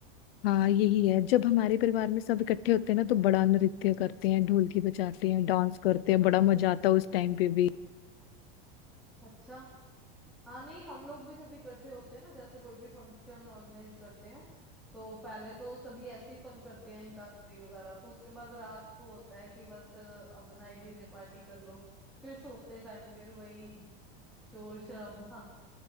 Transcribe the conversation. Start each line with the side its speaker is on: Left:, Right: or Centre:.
Left: हाँ यही है जब हमारे परिवार में सब इकट्ठे होते हैं ना तो बड़ा नृत्य करते हैं ढोलकी बजाते हैं डांस करते हैं बड़ा मजा आता है उस टाइम पे भी
Centre: अच्छा हाँ नहीं हम लोग भी जब इकट्ठे होते हैं ना जैसे कोई भी फंक्शन ऑर्गेनाइज करते हैं तो पहले तो सभी ऐसे ही फन करते हैं अंताक्षरी वगैरह तो उसके बाद रात को होता है कि बस अ, अब नाइट डीजे पार्टी कर लो फिर सोते टाइम फिर वही शोर शराबा